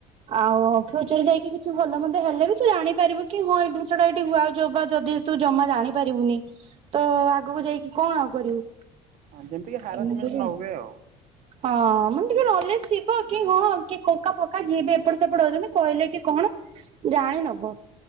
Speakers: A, on the right; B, on the right.
A: ଆଉ ଖଚର ଦେଇକି କିଛି ଭଲ ମନ୍ଦେ ହେଲେ ବି, ତୁ ଜାଣିପାରିବ କି ହଁ ଏଇ ଜିନିଷ ଟା ଏଠି ଯଦି ତୁ ଜମା ଜାଣିପାରିବୁନି ତ ଆଗକୁ ଯାଇକି କଣ ଆଉ କରିବୁ?
B: ହଁ ଯେମିତିକ ହାରାସମେଣ୍ଟ
A: ଏମିତି
B: ନ ହୁଏ ଆଉ।
A: ହଁ ମାନେ ଟିକେ ନଲେଜ ଥିବ କି ହଁ କି କୋକ ଫକା ଯିଏ ବି ଏପଟ ସେପଟ ହଉଛନ୍ତି, କହିଲେ କି କଣ ଜାଣିନବ।